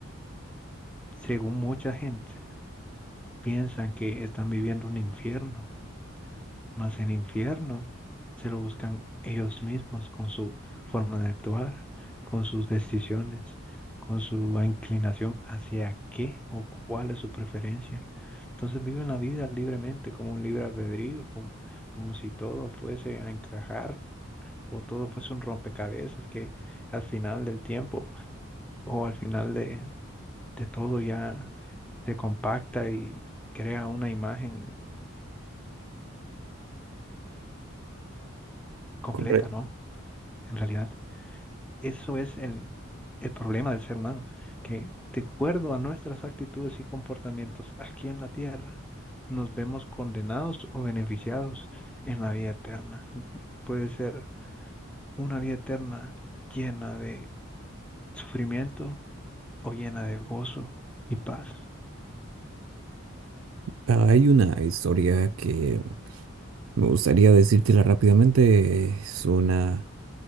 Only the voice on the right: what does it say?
Correcto.
Ah, Hay una historia que me gustaría decírtela rápidamente. Es una,